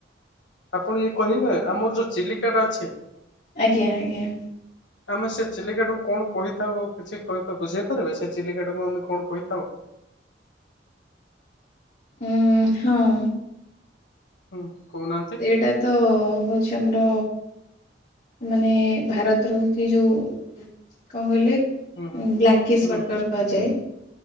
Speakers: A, on the left; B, on the left.
A: ଆପଣ ଇଏ କହିବେ ଆମର ଯେଉ ଚିଲିକାଟା ଅଛି।
B: ଆଜ୍ଞା ଆଜ୍ଞା।
A: ଆମେ ସେ ଚିଲିକାଟାକୁ କଣ କହିଥାଉ କିଛି ବୁଝେଇ ପାରିବେ ସେ ଚିଲିକାଟାକୁ ଆମେ କଣ କହିଥାଉ।
B: ଉ ହଁଉ।
A: ହୁଁ କହୁ ନାହାଁନ୍ତି।
B: ସେଇଟା ତ ହଉଛି ଆମର ମାନେ ଭାରତ ର ହୋଉଛି ଯୋଉ କଣ କହିଲେ
A: ହୁଁ ହୁଁ
B: ବ୍ଲାକିସ
A: ହୁଁ
B: ସ୍ଵଟର କୁହାଯାଏ।